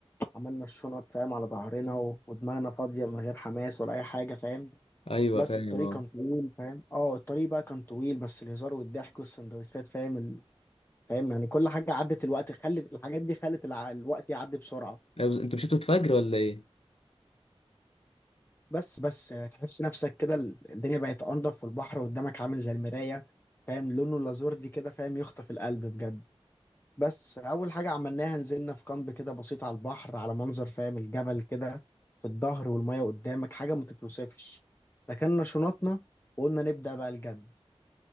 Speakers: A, on the left; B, on the left.
A: عملنا الشنط فاهم على ظهرنا و- ودماغنا فاضيه من غير حماس ولا اي حاجه فاهم
B: ايوه
A: بس
B: فاهم
A: الطريق
B: اه
A: كان طويل فاهم اه الطريق بقى كان طويل بس الهزار والضحك والسندوتشات فاهم ال... فاهم يعني كل حاجه عدت الوقت خلت الحاجات دي خلت الع... الوقت يعدي بسرعه
B: لا، بس انتوا مشيتوا الفجر ولا ايه
A: بس بس تحس نفسك كده ال- الدنيا بقت انضف والبحر قدامك عامل زي المراية فاهم لونه اللازور دي كده فاهم يخطف القلب بجد بس اول حاجة عملناها نزلنا في كامب كده بسيط على البحر على منظر فاهم الجبل كده في الظهر والمية قدامك حاجة ما تتوصفش ركننا شنطنا وقلنا نبدأ بقى الجد